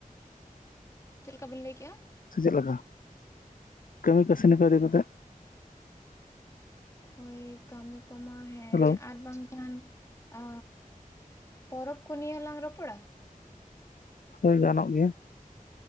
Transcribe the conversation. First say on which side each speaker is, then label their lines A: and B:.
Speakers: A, on the left; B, on the left.
A: ᱪᱮᱫ ᱞᱮᱠᱟ ᱵᱤᱱ ᱞᱟᱹᱭ ᱠᱮᱫᱼᱟ?
B: ᱥᱮ ᱪᱮᱫ ᱞᱮᱠᱟ ᱠᱟᱹᱢᱤ ᱠᱟᱹᱥᱱᱤ ᱠᱚ ᱤᱫᱤ ᱠᱟᱛᱮᱜ?
A: ᱦᱳᱭ ᱠᱟᱹᱢᱤ ᱠᱚᱢᱟ ᱦᱮᱸ
B: ᱦᱮᱞᱳ
A: ᱟᱨ ᱵᱟᱝᱠᱷᱟᱱ ᱟ ᱯᱚᱨᱚᱵᱽ ᱠᱚ ᱱᱤᱭᱟᱹ ᱞᱟᱝ ᱨᱚᱯᱚᱲᱟ?
B: ᱦᱳᱭ ᱜᱟᱱᱚᱜ ᱜᱮᱭᱟ᱾